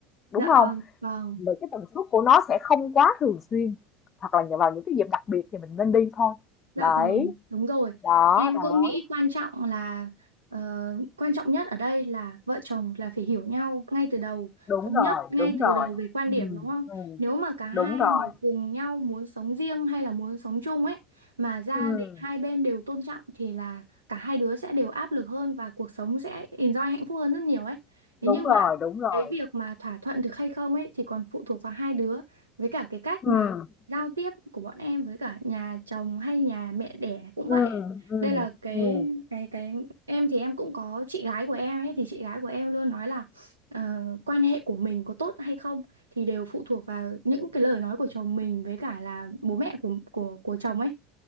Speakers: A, on the left (about 35°); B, on the right (about 85°).
A: đúng
B: Dạ
A: không?
B: vâng, vâng,
A: Vì cái tần suất của nó sẽ không quá thường xuyên, hoặc là nhờ vào những cái dịp đặc biệt thì mình nên đi thôi.
B: dạ
A: Đấy,
B: vâng, đúng rồi.
A: đó,
B: Em
A: đó.
B: cũng nghĩ quan trọng là ờ, quan trọng nhất ở đây là vợ chồng là phải hiểu nhau ngay từ đầu,
A: Đúng
B: thống
A: rồi,
B: nhất ngay
A: đúng
B: từ
A: rồi.
B: đầu về quan
A: Ừm.
B: điểm đúng không?
A: Ừm,
B: Nếu mà cả hai
A: đúng rồi.
B: mà cùng nhau muốn sống riêng hay là muốn sống chung ấy mà gia
A: Ừm,
B: đình hai bên đều tôn trọng thì là cả hai đứa sẽ đều áp lực hơn và cuộc sống sẽ enjoy hạnh phúc hơn rất nhiều ấy. Thế
A: đúng
B: nhưng
A: rồi,
B: mà
A: đúng rồi.
B: cái việc mà thỏa thuận được hay không ấy thì còn phụ thuộc vào hai đứa với cả cái cách
A: Ừm,
B: mà giao tiếp của bọn em với cả nhà chồng hay nhà mẹ đẻ cũng
A: ừm,
B: vậy
A: ừm,
B: đây là cái
A: ừm,
B: cái cái em thì em cũng có chị gái của em ấy thì chị gái của em luôn nói là ờ, quan hệ của mình có tốt hay không thì đều phụ thuộc vào những cái lời nói của chồng mình với cả là bố mẹ của của của chồng ấy